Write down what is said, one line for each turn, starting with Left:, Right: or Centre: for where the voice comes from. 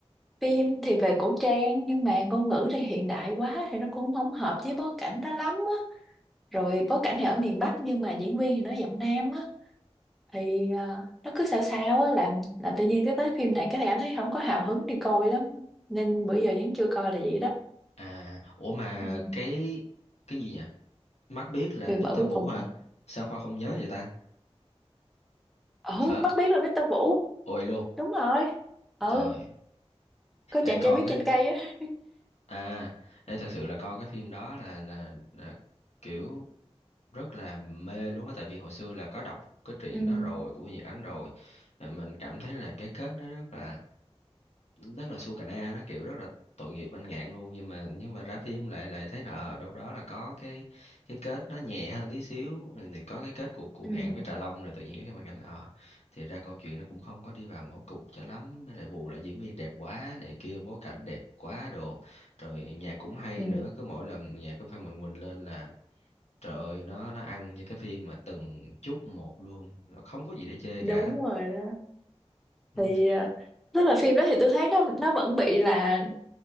Centre: phim thì về cổ trang nhưng mà ngôn ngữ thì hiện đại quá thì nó cũng không hợp với bối cảnh đó lắm á rồi bối cảnh thì ở miền Bắc nhưng mà diễn viên thì nói giọng Nam á thì à, nó cứ sao sao á làm làm tự nhiên cái tới phim này cái thằng anh thấy không có hào hứng đi coi lắm nên bữa giờ vẫn chưa coi là vậy đó
Left: à ủa mà
Centre: ừ.
Left: cái cái gì nhỉ mắt biết là
Centre: người vợ
Left: Victor
Centre: cuối
Left: Vũ
Centre: cùng
Left: hả
Centre: hả
Left: sao Khoa không nhớ vậy ta
Centre: ừ
Left: phải
Centre: mắt biết là Victor Vũ
Left: ôi luôn
Centre: đúng rồi ừ
Left: trời
Centre: có chàng
Left: ê
Centre: trai
Left: coi
Centre: viết
Left: cái
Centre: trên cây á
Left: à ê, thật sự là coi cái phim đó là là, là kiểu rất là mê luôn á tại vì hồi xưa là có đọc cái truyện
Centre: <laughs> ừ.
Left: đó rồi của Nhật Ánh rồi Là mình cảm thấy là cái kết nó rất là rất là su cà na nó kiểu rất là tội nghiệp anh Ngạn luôn nhưng mà nhưng mà ra phim lại lại thấy là ở đâu đó là có cái cái kết nó nhẹ hơn tí xíu thì thì có cái kết của của
Centre: Ừ.
Left: Ngạn với Trà Long rồi tự nhiên cái mình cảm thấy ờ thì ra câu chuyện nó cũng không có đi vào ngõ cụt cho lắm với lại bù lại diễn viên đẹp quá này kia bối cảnh đẹp quá đồ rồi nhạc cũng hay
Centre: Ừ.
Left: nữa cứ mỗi lần nhạc của Phan Mạnh Quỳnh lên là Trời ơi, nó nó ăn với cái phim mà từng chút một luôn, là không có gì để chê
Centre: đúng
Left: cả.
Centre: rồi đó
Left: Ừ.
Centre: thì ờ, tức là phim đó thì tôi thấy nó nó vẫn bị là